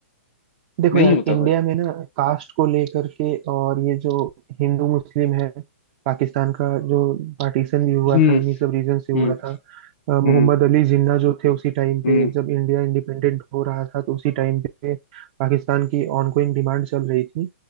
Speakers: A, on the right (about 35°); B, on the left (about 55°).
A: देखो
B: नहीं
A: यार
B: होता
A: इंडिया
B: भाई
A: में ना कास्ट को लेकर के और ये जो हिंदू मुस्लिम है पाकिस्तान का जो पार्टीशन भी हुआ
B: हम्म
A: था इन्हीं सब रीजन से हुआ
B: हम्म
A: था अ, मोहम्मद
B: हम्म
A: अली जिन्ना जो थे उसी टाइम पे
B: हम्म
A: जब इंडिया इंडिपेंडेंट हो रहा था तो उसी टाइम पे पाकिस्तान की ऑनगोइंग डिमांड चल रही थी